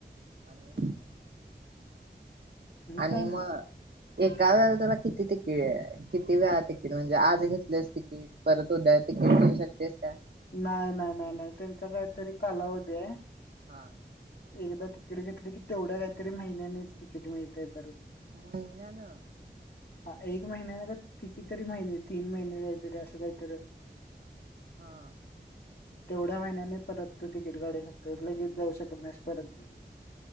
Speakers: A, on the right; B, on the left.
A: आणि. आणि
B: काय नाही
A: मग.
B: बघ.
A: एका वेळेला तुला किती तिकीट. किती वेळा तिकीट म्हणजे आज घेतलेच तिकीट परत उद्या तिकेट घेऊ शकतेस का.
B: नाही. नाही. नाही. नाही. त्यांचा काहीतरी कालावध आहे.
A: हा.
B: एकदा तिकीट घेतल की. तेवढ्या काहीतरी महिन्यानेच तिकीट मिळतय परत.
A: महिन्यान.
B: हा एक महिन्याने का कितीतरी महिने तीन महिने काहीतरी असं काहीतरी.
A: हा.
B: तेवढ्या महिन्याने परत तू तिकीट काढू शकतोस. लगेच जाऊ शकत नाहीस परत.